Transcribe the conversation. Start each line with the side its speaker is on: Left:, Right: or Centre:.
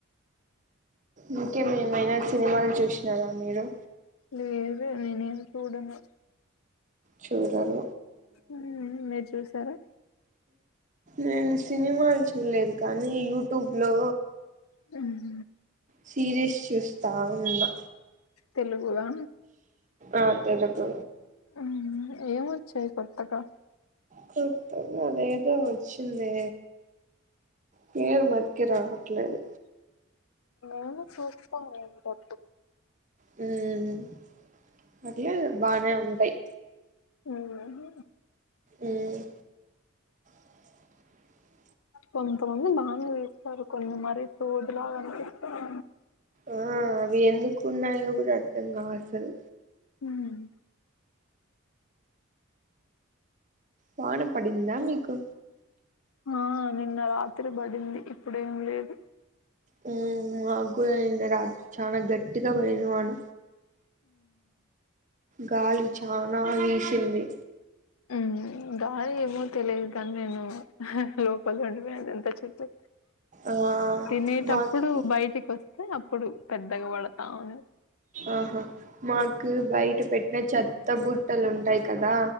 Right: ఇంకేమే ఏమైనా సినిమాలు చూసినారా మీరు
Left: లేదు నేను ఎం చూడను
Right: చూడను
Left: హు మీరు చూసారా
Right: నేను సినిమాలు చూడలేదు కానీ యూట్యూబ్ లో
Left: హుమ్
Right: సీరీస్ చూస్తా ఉన్నా
Left: తెలుగు వా
Right: ఆ తెదకు
Left: హ్మ్మ్ ఏమొచ్చాయి కొత్తగా
Right: కొత్తగా అదేదో వచ్చిందే పేరు మతికి రావట్లేదు
Left: నేను చూస్తా ఇపొద్దు
Right: హ్మ్మ్ పర్లే బానే ఉంటయి
Left: ఉహూ
Right: ఉమ్ <inaudible>
Left: కొంతమంది బాగా వేస్తారు కొన్ని మరీ సోది లాగా అనిపిస్తారు
Right: ఆ అవి ఎందుకు ఉన్నాయో కూడా అర్థం కావు అసలు
Left: హ్మ్మ్
Right: వాన పడిందా మీకు
Left: ఆ నిన్న రాత్రి పడింది ఇప్పుడు ఏం లేదు
Right: హ్మ్మ్ మాకు కూడా నిన్న రాత్రి చాన గట్టిగా పడింది వాన గాలి చానా వీసింది
Left: ఉమ్ గాలి ఏమో తెలియదు కాని నేను లోపల ఉండేవి అదంతా చెప్తే
Right: ఆ
Left: తినేటప్పుడు
Right: మాకి
Left: బయటికి వస్త అంటే అప్పుడు పెద్దగా పడతామని
Right: ఆహా మాకు బయట పెట్టిన చెత్త బుట్టలు ఉంటాయి కదా